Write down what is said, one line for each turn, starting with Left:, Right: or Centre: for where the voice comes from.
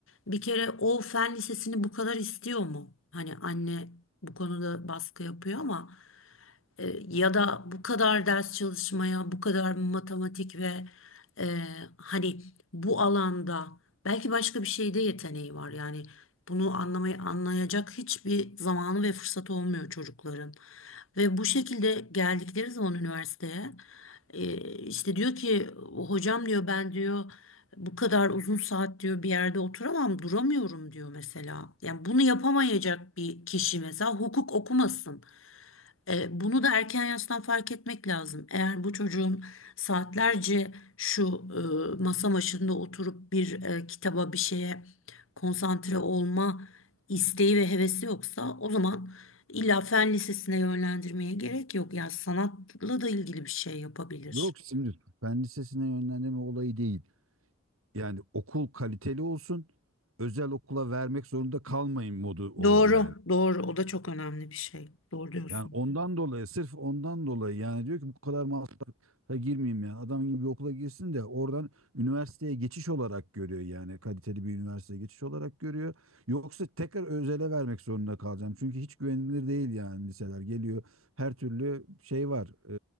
Left: Bir kere o fen lisesini bu kadar istiyor mu? Hani anne bu konuda baskı yapıyor ama E, ya da bu kadar ders çalışmaya, bu kadar matematik ve e, hani bu alanda belki başka bir şeyde yeteneği var. Yani bunu anlamayı anlayacak hiçbir zamanı ve fırsatı olmuyor çocukların. Ve bu şekilde geldikleri zaman üniversiteye e, işte diyor ki hocam diyor ben diyor bu kadar uzun saat diyor bir yerde oturamam duramıyorum diyor mesela. Yani bunu yapamayacak bir kişi mesela hukuk okumasın. E, bunu da erken yaştan fark etmek lazım. Eğer bu çocuğun saatlerce şu e, masa başında oturup bir e, kitaba bir şeye konsantre olma isteği ve hevesi yoksa o zaman illa fen lisesine yönlendirmeye gerek yok. Yani sanatla da ilgili bir şey yapabilir.
Right: Yok şimdi fen lisesine yönlendirme olayı değil. Yani okul kaliteli olsun, özel okula vermek zorunda kalmayın modu oldu
Left: Doğru,
Right: yani.
Left: doğru. O da çok önemli bir şey. Doğru diyorsun.
Right: Yani ondan dolayı sırf ondan dolayı yani diyor ki bu kadar masrafa girmeyeyim ya. Adam gibi bir okula girsin de oradan üniversiteye geçiş olarak görüyor yani kaliteli bir üniversiteye geçiş olarak görüyor. Yoksa tekrar özele vermek zorunda kalacağım. Çünkü hiç güvenilir değil yani liseler geliyor. Her türlü şey var. e,